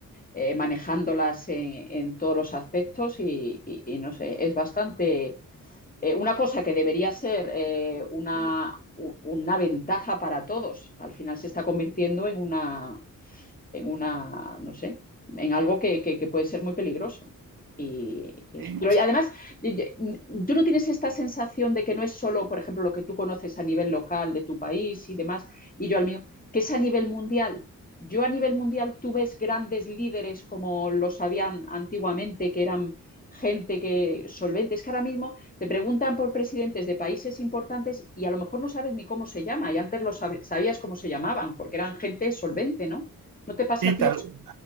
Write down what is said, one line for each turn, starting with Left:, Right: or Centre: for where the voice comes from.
Left: eh, manejándolas en, en, todos los aspectos y, y, y no sé, es bastante eh, una cosa que debería ser eh, una, u- una, ventaja para todos. Al final se está convirtiendo en una, en una, no sé, en algo que, que- que puede ser muy peligroso. Y, y
Right: Y,
Left: eso. Pero además, y- y- mm, tú no tienes esta sensación de que no es solo, por ejemplo, lo que tú conoces a nivel local de tu país y demás, y yo al mío, que es a nivel mundial. Yo a nivel mundial, tú ves grandes líderes como los habían antiguamente, que eran gente que solvente. Es que ahora mismo te preguntan por presidentes de países importantes y a lo mejor no sabes ni cómo se llama, y antes lo sab- sabías cómo se llamaban, porque eran gente solvente, ¿no? ¿No te pasa
Right: y
Left: a ti
Right: tal,
Left: eso?